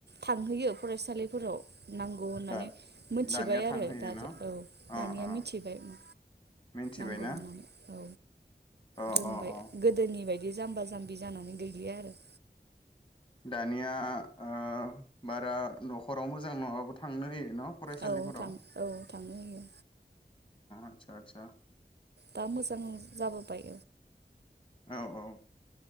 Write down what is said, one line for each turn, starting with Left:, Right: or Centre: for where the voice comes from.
Right: थांहैयो फरायसालिफोराव। नांगौ होननानै
Left: दा
Right: मिथिबाय
Left: दानिया थांहोयो
Right: आरो दा
Left: न'
Right: औ
Left: अ
Right: दानिया
Left: अ
Right: मिथिबाय ओम
Left: मिथिबायना
Right: नांगौ होननानै औ।
Left: अ
Right: रोंबाय
Left: अ अ
Right: गोदोनि बाय दि जाम्बा जाम्बि जानानै गैलिया आरो।
Left: दानिया ओ बारा न'खराव मोजां नङाबाबो थांनो होयो न' फरायसालिफोराव
Right: औ नोंथां औ थांहोयो।
Left: आतसा आतसा।
Right: दा मोजां जाबोबाय।
Left: औ औ।